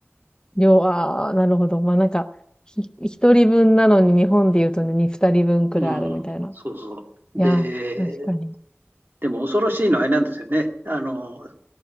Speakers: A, on the left (about 20°); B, on the right (about 50°).
A: 量、ああ、なるほど。まあなんか、ひ、一人分なのに日本で言うとね、に二人分くらいあるみたいな。
B: うん、そうそう。
A: いやー、
B: で、
A: 確かに。
B: でも恐ろしいのはあれなんですよね。あの、